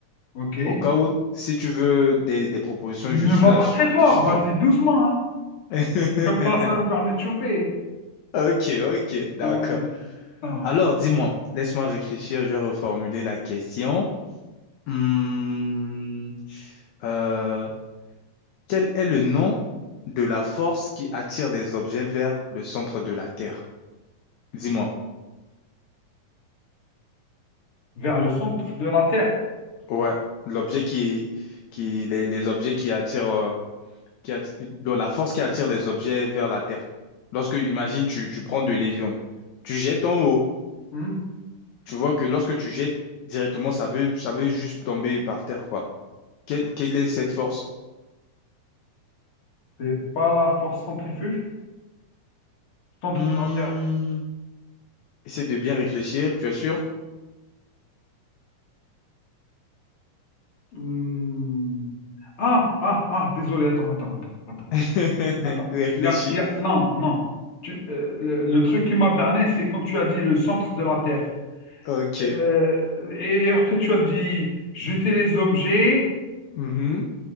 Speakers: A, on the left (about 40°); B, on the left (about 70°).
A: Ok.
B: Au cas où, si tu veux des, des propositions,
A: Ne
B: je suis
A: va
B: là
A: pas
B: je suis
A: très
B: à
A: fort,
B: te suggérer.
A: vas-y doucement, hein.
B: <laughs>
A: Comme ça, ça nous permet de choper.
B: Ok, ok, d'accord.
A: Ah, ça marche.
B: Alors, dis-moi, laisse-moi réfléchir, je vais reformuler la question. Hmm, euh, quel est le nom de la force qui attire les objets vers le centre de la Terre? Dis-moi.
A: Vers le centre de la Terre.
B: Ouais, l'objet qui, qui les, les objets qui attirent, euh, qui atti- donc la force qui attire les objets vers la Terre. Lorsque, imagine, tu, tu prends de l'avion, tu jettes en haut,
A: Hmm
B: tu vois que lorsque tu jettes directement, ça veut, ça veut juste tomber par terre, quoi. Quelle, quelle est cette force?
A: C'est pas la force centrifuge? Centre
B: Hmm,
A: de la Terre.
B: essaie de bien réfléchir, tu es sûr?
A: Hmm. Ah, ah, ah, désolé, attends, attends, attends, attends,
B: <laughs>
A: attends.
B: Réfléchis.
A: Il Y a, il y a- Non, non. Tu- euh, le, le truc qui m'a berné, c'est quand tu as dit le centre de la Terre.
B: Ok.
A: Euh, et et après, tu as dit jeter les objets,
B: Mhm.